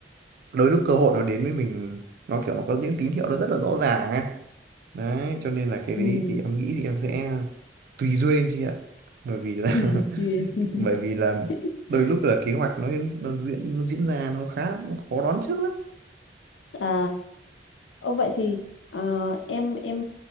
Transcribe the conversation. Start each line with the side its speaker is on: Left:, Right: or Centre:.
Right: đôi lúc cơ hội nó đến với mình nó kiểu nó có những tín hiệu nó rất là rõ ràng ấy đấy cho nên là
Left: Ừ,
Right: cái đấy thì em nghĩ thì em sẽ tùy duyên chị ạ bởi vì là
Left: tùy duyên.
Right: <laughs> bởi vì là
Left: <laughs>
Right: đôi lúc là kế hoạch nó nó diễn nó diễn ra nó khá nó khó đoán trước lắm
Left: À, ô vậy thì ờ, em em